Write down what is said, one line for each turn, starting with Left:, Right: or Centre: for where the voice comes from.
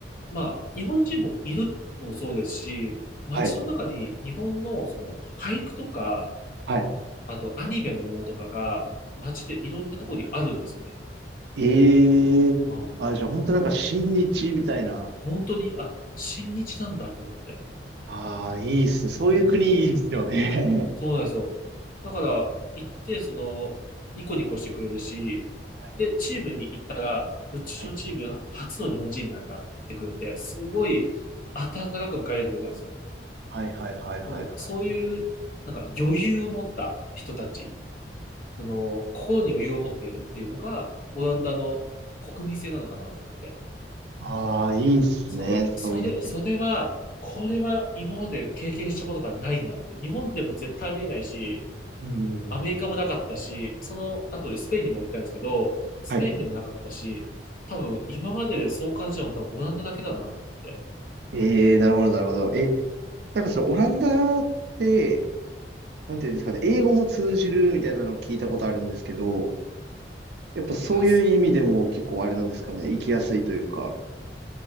Left: まあ、日本人もいるのもそうですし、街の中に日本のその俳句とか、
Right: はい、はい。
Left: あとアニメのものとかが街でいろんなところにあるんですよね。
Right: ええーあ、
Left: うん、
Right: じゃあ、本当なんか、親日みたいな。
Left: 本当に、あ、親日なんだと思って。
Right: ああ、いいっすね。そういう国いいっすよね。
Left: うん、そうなんですよ。だから、行って、その、ニコニコしてくれるし、
Right: <laughs> はい、
Left: で、チームにうちのチーム初の日本人なんだって言ってくれて、
Right: はい。
Left: すごい温かく迎え入れてくれたんですよ。
Right: はい、はい、はい、はい、
Left: もうそういう、
Right: はい。
Left: なんか余裕を持った人たち、その心に余裕を持っているっていうのが、オランダの国民性なのかなと思って。
Right: ああ、いいっすね。
Left: その、それ、
Right: そういう国。
Left: それは、
Right: う
Left: これは今まで経験したことがないなって。日本でも絶対ありえないし、
Right: ーん。
Left: アメリカもなかったし、その後スペインにも行ったんですけど、スペインでもなかったし、
Right: はい
Left: 多分今まででそう感じたのは多分オランダだけだなと思って。
Right: ええなるほど、なるほど。え、
Left: うん
Right: なんかそのオランダって、なんていうんですかね、英語も通じるみたいなのを聞いたことあるんですけど、やっぱそういう意味でも結構あれなんですかね、
Left: あ、す
Right: 行きやすいというか、